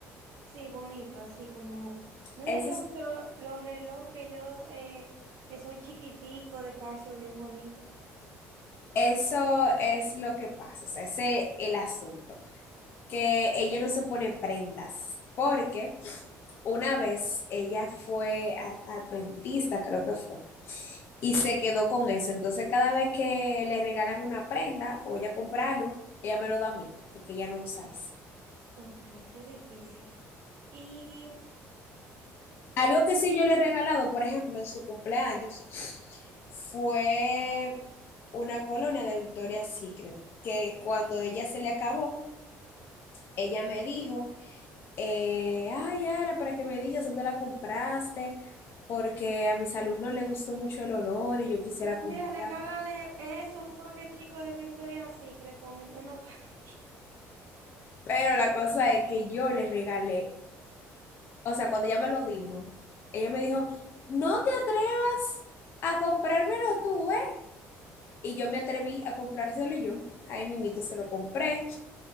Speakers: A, on the right; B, on the left.
A: Sí, bonito, así como, no
B: Ese
A: necesito
B: es-
A: a veces lo- los relojes que yo, eh, que son chiquiticos, de Casio, bien bonitos.
B: eso es lo que pasa, o sea, ese es el asunto, que ella no se pone prendas, porque Una vez ella fue a- adventista, creo que fue, y se quedó con eso. Entonces, cada vez que le regalan una prenda o ella compra algo, ella me lo da a mí, porque ella no usa eso.
A: Ok, qué difícil. y
B: Algo que sí yo le he regalado, por ejemplo, en su cumpleaños, fue una colonia de Victoria's Secret, que cuando ella se le acabó, ella me dijo eh, ay, Ara, para que me digas dónde la compraste, porque a mis alumnos les gustó mucho el olor y yo quisiera
A: Pero
B: comprar.
A: Mira, regálale eso, un paquetico de Victoria's Secret con unos panties. <laughs>
B: Pero la cosa es que yo les regalé, o sea, cuando ella me lo dijo, ella me dijo, no te atrevas a comprármelo tú, ¿eh? Y yo me atreví a comprárselo yo. Ahí mimito se lo compré.